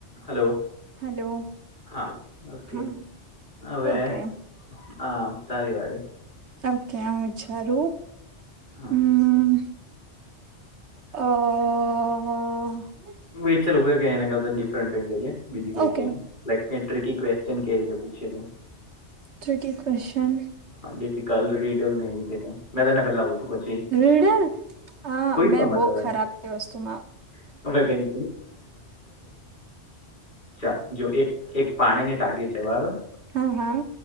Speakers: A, on the left; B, on the right.
A: Hello.
B: Hello
A: હા okay
B: હા
A: હવે
B: ઓકે
A: હા તારી વાળ
B: ઓકે અ વિચાર
A: હા
B: હમ હહ
A: વેટ ચલુ એના કરતા ડિફેટ કઈ કરીએ બીજી કોઈ
B: ઓકે
A: કે એમ. લાઈક ક ટ્રિકકી ક્વેશ્ચન કે રીતે પૂછે.
B: Tricky question.
A: હા ડિફિકલ્ટ રીડલ નઈ તે કઈ મેં તને પેલા પૂછું પછ.
B: રીડર. હા મેં
A: પણ
B: બહુ
A: મતલબ
B: ખરાબ છે વસ્તુમાં.
A: એમ હવે કઈ ચાલ જો એક એક પાણી ને ટાકી છે બરાબર.
B: હા હા.